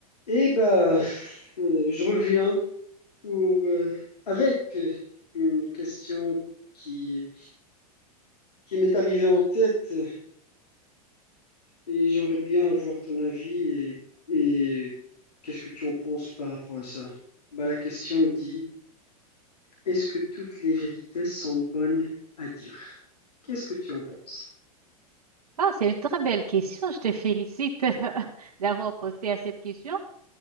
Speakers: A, on the left (about 85°); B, on the right (about 75°).
A: Eh ben, euh, je reviens pour euh, avec euh, une question qui qui m'est arrivée en tête et j'aimerais bien avoir ton avis et, et qu'est-ce que tu en penses par rapport à ça? Ben, la question dit, est-ce que toutes les vérités sont bonnes à dire? Qu'est-ce que tu en penses?
B: Ah, c'est une très belle question. Je te félicite <laughs> d'avoir posé à cette question.